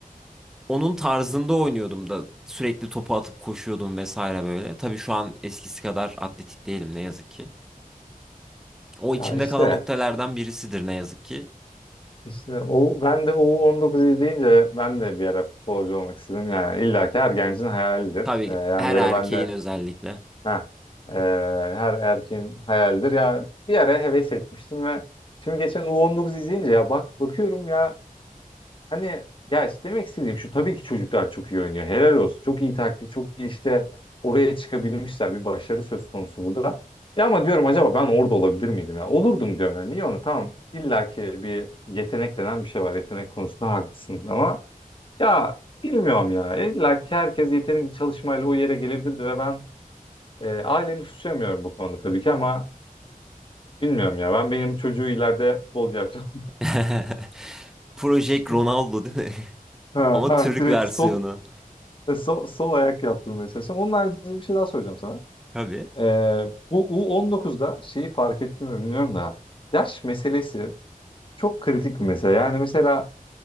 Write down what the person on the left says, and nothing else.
Ya
işte
işte o ben de o 19 deyince ben de bir ara futbolcu olmak istedim yani illa ki her gencin hayalidir.
Ee, yani
böyle
ben de
Ha, e, her erkeğin hayalidir. Ya bir ara heves etmiştim ve şimdi geçen U19 izleyince ya bak bakıyorum ya hani ya işte demek istediğim şu tabii ki çocuklar çok iyi oynuyor. Helal olsun. Çok iyi taktik, çok iyi işte oraya çıkabilmişler. Bir başarı söz konusu burada. Ya ama diyorum acaba ben orada olabilir miydim ya? Olurdum diyorum yani. Niye onu? Tamam. İlla ki bir yetenek denen bir şey var. Yetenek konusunda haklısınız ama ya bilmiyorum ya. İlla ki herkes yetenekli çalışmayla o yere gelebilirdi ve ben e, ailemi suçlamıyorum bu konuda tabii ki ama bilmiyorum ya. Ben benim çocuğu ileride futbolcu yapacağım.
<laughs>
Ha,
ha,
direkt
sol, e, sol sol ayak yaptırmaya çalışacağım. Onun haricinde bir şey daha soracağım sana.
Ee, bu U19'da şeyi fark ettim mi bilmiyorum da yaş meselesi çok kritik bir mesele. Yani mesela